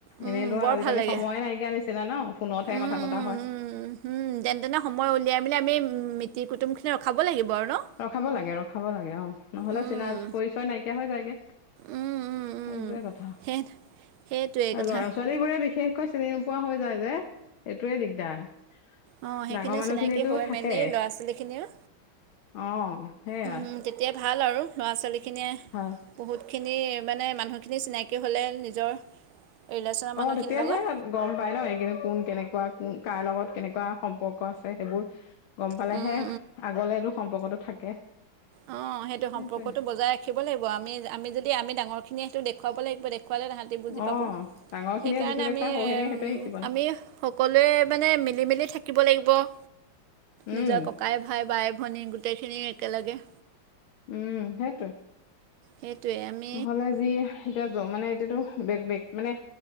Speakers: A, on the right; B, on the left.
A: উম
B: এনেইতো
A: বৰ
B: আজিকালি
A: ভাল লাগে
B: সময়ে নাইকিয়া নিছিলা ন। ফোনতহে
A: উম
B: কথা পতা
A: উম
B: হয়।
A: উম উম যেনে তেনে সময় উলিয়াই মেলি আমি মিতিৰ কুটুমখিনি ৰখাব লাগিব আৰু ন।
B: ৰখাব লাগে ৰখাব লাগে অ নহলে
A: উম
B: চিনা পৰিচয় নাইকিয়া হৈ যায়গে। সেটোৱে
A: উম উম উম
B: কথা আৰু
A: সেই সেইটোৱেই কথা
B: ল'ৰা ছোৱা ছোৱালী বোৰে বিশেষকৈ চিনি নোপোৱা হৈ যায় যে এইটোৱে দিগদাৰ।
A: অ
B: ডাঙৰ
A: সেইখিনি
B: মানুহখিনিতো
A: চিনাকি হৈ
B: থাকে
A: মেলি ল'ৰা ছোৱালীখিনিও।
B: অ সেইয়াই।
A: উম তেতিয়া ভাল আৰু ল'ৰা ছোৱালীখিনিয়ে
B: হয়।
A: বহুতখিনি মানে মানুহখিনি চিনাকি হ'লে নিজৰ ৰিলেশ্যনৰ মানুহখিনিৰ
B: অ তেতিয়াহে
A: লগত
B: গম পাই ন এই কিন্তু কোন কেনেকুৱা কোন কাৰ লগত কেনেকুৱা সম্পৰ্ক আছে সেইবোৰ। গম পালেহে
A: উম
B: আগলেতটো সম্পৰ্কতটো থাকে।
A: অ সেইটো
B: সেইটোৱে
A: সম্পৰ্কটো বজাই ৰাখিব লাগিব আমি-আমি যদি আমি ডাঙৰখিনি সেইটো দেখুৱাব লাগিব দেখুৱালে তাহা বুজি
B: অ'
A: পাব
B: ডাঙৰ খিনিয়ে
A: সেইকাৰণে
B: যিটো দেখুৱাই
A: আমি-আমি
B: সৰু খিনিয়ে সেইটোৱে শিকিব ন
A: সকলোৱে মানে মিলি মেলি থাকিব লাগিব৷
B: উম
A: নিজৰ ককাই ভাই বাইে ভনী গোটেইখিনি একেলগে৷
B: উম সেইটোৱে।
A: সেইটোৱে আমি।
B: নহ'লে যি এতিয়া য মানে এতিয়াতো বেক-বেক মানে